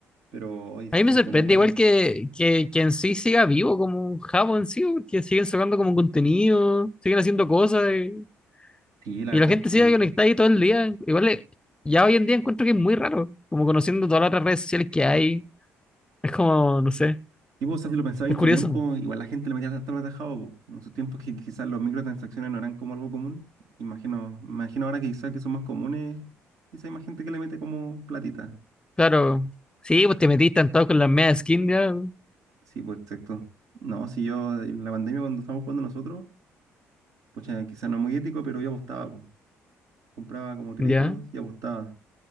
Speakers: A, on the right; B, on the left.
A: Pero hoy se
B: A mí
A: siente
B: me sorprende
A: muy raro.
B: igual que, que, que en sí siga vivo como un jabo en sí, porque siguen sacando como contenido, siguen haciendo cosas y,
A: Sí, la
B: y
A: verdad
B: la gente
A: es que.
B: sigue conectada ahí todo el día. Igual eh, ya hoy en día encuentro que es muy raro, como conociendo todas las otras redes sociales que hay. Es como, no sé,
A: Y vos, o sea, si lo pensabas
B: es
A: en
B: curioso.
A: su tiempo, igual la gente lo metía hasta lo atajado, po. En sus tiempos que quizás los microtransacciones no eran como algo común. Imagino, imagino ahora que quizás que son más comunes, quizás hay más gente que le mete como platita.
B: Claro, sí, pues te metiste en todo con las medias skin ya.
A: Sí, pues exacto. No, si yo, en la pandemia cuando estábamos jugando nosotros, pues quizás no es muy ético, pero yo apostaba, pues. Compraba como créditos
B: Ya,
A: y apostaba.